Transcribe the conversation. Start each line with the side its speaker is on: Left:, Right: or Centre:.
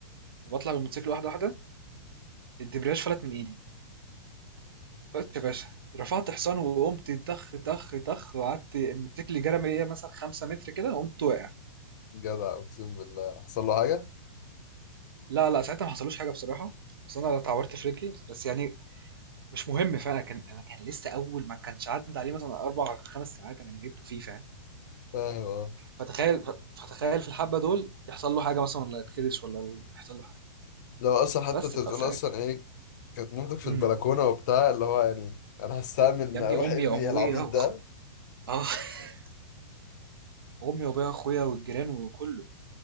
Right: وبطلع بالموتوسيكل واحده واحده الدبرياج فلت من ايدي بس يا باشا رفعت حصان وقمت طخ طخ طخ وقعدت الموتوسيكل جرى من ايه مثلا خمسة متر كده وقمت واقع
Left: جدع اقسم بالله حصل له حاجه
Right: لا لا ساعتها ما حصلوش حاجه بصراحه بس انا لا اتعورت في رجلي بس يعني مش مهم فاهم كان انا كان لسه اول ما كانش عدى عليه مثلا اربع خمس ساعات انا جبته فيه فاهم
Left: فاهم اه
Right: فتخيل ف- فتخيل في الحبه دول يحصل له حاجه مثلا ولا يتخدش ولا يحصل له حاجه
Left: لو اصلا حتى
Right: بس
Left: انت
Right: بقى
Left: بتقول
Right: ساعتها
Left: اصلا ايه كانت مامتك في
Right: امم
Left: البلكونه وبتاع اللي هو يعني انا هستأمن
Right: يا ابني
Left: اروح
Right: امي
Left: ابني
Right: وابويا
Left: العبيط
Right: و-
Left: ده
Right: اه <laughs> امي وابويا واخويا والجيران وكله